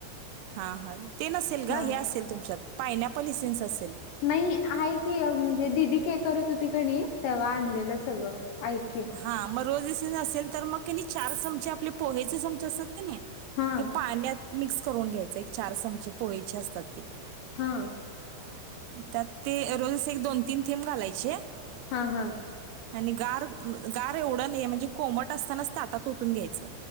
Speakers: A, on the right; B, on the left.
A: हा हा ते नसेल
B: हा
A: ग हे असेल तुमच्यात पायनॅपल इसन्स असेल
B: नाही आहे की म्हणजे दिदी के करत होती कणी तेव्हा आणलेलं सगळं ऐके
A: हा मग रोज असेल तर मग त्यांनी चार चम आपले पोहेचे चम असतात क नाही
B: हा
A: ते पाण्यात मिक्स करून घ्यायच एक चार चमचे पोळीचे असतात ते
B: हा
A: त्यात ते रोजच एक दोन तीन थेंब घालायचे
B: हा हा
A: आणि गार गार एवढं नाहीे म्हणजे कोमट असतानाच ताटात ओतून घ्यायचं